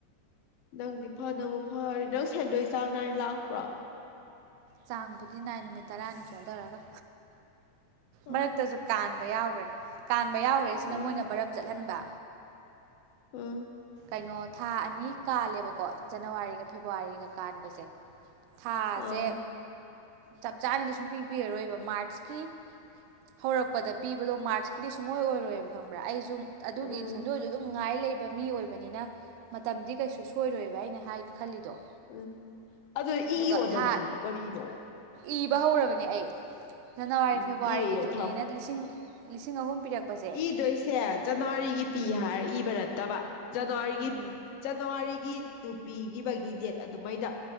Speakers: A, on the left (about 75°); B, on the right (about 80°).
A: ꯅꯪꯗꯤ ꯐꯅꯕꯨ ꯐꯔꯤ ꯅꯪ ꯁꯦꯟꯗꯣꯏ ꯆꯥꯡ ꯅꯥꯏ ꯂꯥꯛꯄ꯭ꯔꯣ
B: ꯆꯥꯡꯕꯨꯗꯤ ꯅꯥꯏ ꯅꯨꯃꯤꯠ ꯇꯔꯥꯅꯤ ꯆꯣꯟꯗꯔꯒ
A: ꯑꯥ
B: ꯃꯔꯛꯇꯖꯨ ꯀꯥꯟ ꯕ ꯌꯥꯎꯒ꯭ꯔꯦ ꯀꯥꯟ ꯕꯌꯥꯎꯒ꯭ꯔꯤꯖꯤꯅ
A: ꯑꯥ
B: ꯃꯣꯏꯅ ꯕꯔꯝ ꯆꯠꯍꯟꯕ
A: ꯎꯝ
B: ꯀꯅꯣ ꯊꯥ ꯑꯅꯤ ꯀꯥꯜꯂꯦꯕꯀꯣ ꯖꯅꯋꯥꯔꯤꯒ ꯐꯦꯕꯋꯥꯔꯤꯒ ꯀꯥꯟꯕꯖꯦ ꯊꯥꯖꯦ
A: ꯑꯥ
B: ꯆꯞ ꯆꯥꯅꯗꯤ ꯁꯨꯡ ꯄꯤ ꯄꯤꯔꯔꯣꯏꯕ ꯃꯥꯔꯁꯀꯤ ꯍꯧꯔꯛꯄꯗ ꯄꯤꯕꯗꯣ ꯃꯥꯔꯁꯀꯤꯗꯤ ꯁꯨꯡꯑꯣꯏ ꯑꯣꯏꯔꯣꯏꯌꯦꯕ ꯈꯪꯕ꯭ꯔꯥ ꯑꯩꯖꯨ ꯑꯗꯨꯒꯤ
A: ꯎꯝ
B: ꯁꯦꯟꯗꯣꯏꯗꯨ ꯑꯗꯨꯝ ꯉꯥꯏ ꯂꯩ ꯕ ꯃꯤ ꯑꯣꯏ ꯑꯣꯏꯕꯅꯤꯅ ꯃꯇꯝꯗꯤ ꯀꯩꯁꯨ ꯁꯣꯏꯔꯣꯏꯕ ꯑꯩꯅ ꯍꯥꯏꯒꯦ ꯈꯜꯂꯤꯗꯣ
A: ꯎꯝ ꯑꯗꯨ
B: ꯑꯗꯨꯒ
A: ꯏꯌꯣ ꯅꯪꯖꯨ
B: ꯊꯥ
A: ꯀꯔꯤꯅꯣ
B: ꯏꯕ ꯍꯧꯔꯕꯅꯦ ꯑꯩ ꯖꯅꯋꯥꯔꯤ
A: ꯎꯝ
B: ꯐꯦꯕꯋꯥꯔꯤꯒꯤꯗꯨꯅꯦꯅ
A: ꯏꯔ ꯏꯔ ꯊꯝ
B: ꯂꯤꯁꯤꯡ ꯂꯤꯁꯤꯡ ꯑꯍꯨꯝ ꯄꯤꯔꯛꯄꯁꯦ
A: ꯏꯗꯣꯏꯁꯦ ꯖꯅꯋꯥꯔꯤꯒꯤ ꯄꯤ
B: ꯎꯝ
A: ꯍꯥꯏꯔ ꯏꯕ ꯅꯠꯇꯕ ꯖꯅꯋꯥꯔꯤꯒꯤ
B: ꯎꯝ
A: ꯖꯅꯋꯥꯔꯤꯒꯤ ꯇꯨ ꯄꯤꯒꯤꯕꯒꯤ ꯗꯦꯠ ꯑꯗꯨꯃꯥꯏꯅ